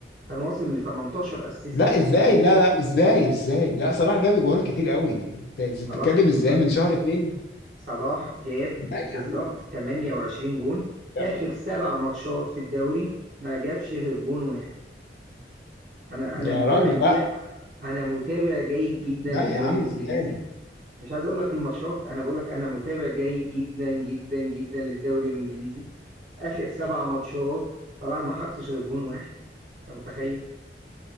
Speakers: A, on the right (about 45°); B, on the left (about 60°).
A: كان واصل ل 18 اسيست
B: لا ازاي لا لا ازاي ازاي لا صلاح جاب اجوان كتير قوي انت بتتكلم
A: صلاح
B: ازاي
A: ص-
B: من شهر اتنين
A: صلاح جاب
B: لا
A: بالظبط
B: يا عم
A: 28 جون
B: لا
A: اخر سبع ماتشات في الدوري ما جابش غير جون واحد انا انا
B: يا
A: متابع
B: راجل لا
A: جا... انا متابع جيد جدا
B: لا
A: للدوري
B: يا عم
A: الانجليزي
B: ازاي
A: مش عايز اقول لك الماتشات انا بقول لك انا متابع جيد جدا جدا جدا للدوري الانجليزي اخر سبع ماتشات صلاح ما حطش غير جون واحد انت متخيل